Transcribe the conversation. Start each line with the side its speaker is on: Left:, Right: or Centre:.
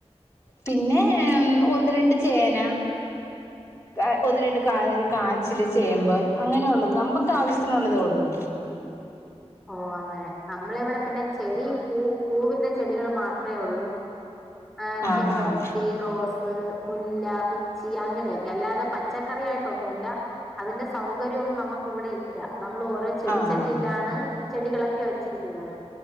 Left: പിന്നെ ഒന്ന് രണ്ട് ചേന ക ഒന്ന് രണ്ട് കാ കാ ച്ചില് ചേമ്പ് അങ്ങനൊള്ളത് നമ്മുക്ക് ആവശ്യത്തിനുള്ളതേ ഒള്ളൂ
Centre: ഓ അങ്ങനെ നമ്മളെവിടെ പിന്നെ ച് ചെടി പൂ പൂവിന്റെ ചെടികൾ മാത്രേ ഒള്ളൂ ആ
Left: ആഹ്
Centre: ചെമ്പര്ത്തി
Left: ആഹ്
Centre: റോസ് മുല്ല പച്ചി അങ്ങനെയൊക്കെ അല്ലാതെ പച്ചക്കറി ആയിട്ടൊന്നുല്ല അതിന്റെ സൗകര്യഒന്നും നമുക്ക് ഇവിടെ ഇല്ല നമ്മൾ ഓരോ ചെടിച്ചട്ടിയിലാണ്
Left: ആഹ് ആഹ്
Centre: ചെടികളൊക്കെ വെച്ചിരിക്കുന്നത്